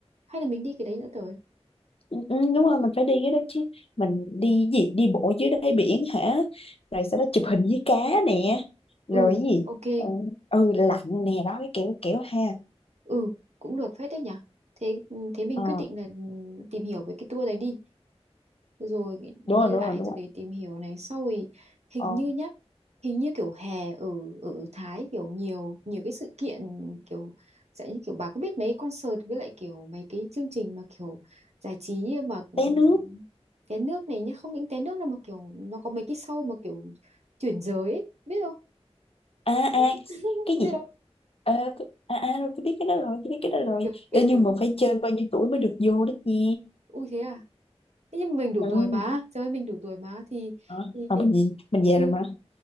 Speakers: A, on the right; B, on the left.
A: hay là mình đi cái đấy nữa rồi
B: Ừ, ừ, đúng rồi mình phải đi cái đó chứ mình đi gì đi bộ dưới đáy biển hả rồi sau đó chụp hình với cá nè
A: ừ
B: rồi cái gì
A: ok
B: ừ, ừ lạnh nè đó cái kiểu kiểu ha
A: ừ cũng được phết đấy nhỉ thế thế mình
B: ờ
A: quyết định là tìm hiểu về cái tour đấy đi rồi ghi
B: đúng
A: ghi
B: rồi đúng
A: lại
B: rồi đúng
A: rồi
B: rồi
A: để tìm hiểu này sau thì hình
B: ờ,
A: như nhá hình như kiểu hè ở ở Thái kiểu nhiều nhiều cái sự kiện kiểu sẽ kiểu bà có biết mấy concert với lại kiểu mấy cái chương trình mà kiểu giải trí mà ừm,
B: té nước
A: té nước này nhá không những té nước đâu mà kiểu nó có mấy cái show mà kiểu chuyển giới ấy. biết không
B: à
A: mấy
B: à
A: <laughs>
B: cái
A: biết
B: gì
A: không
B: Ờ, à à rồi tôi biết cái đó rồi tôi biết cái đó rồi
A: kiểu kiểu
B: Ê, nhưng
A: kiểu
B: mà phải trên bao nhiêu tuổi mới được vô đó nha
A: ui thế à Thế nhưng mình đủ
B: ừ
A: tuổi mà trời ơi, mình đủ tuổi mà thì
B: Ờ,
A: thì
B: mà
A: mình
B: mình gì mình về
A: ừ
B: rồi mà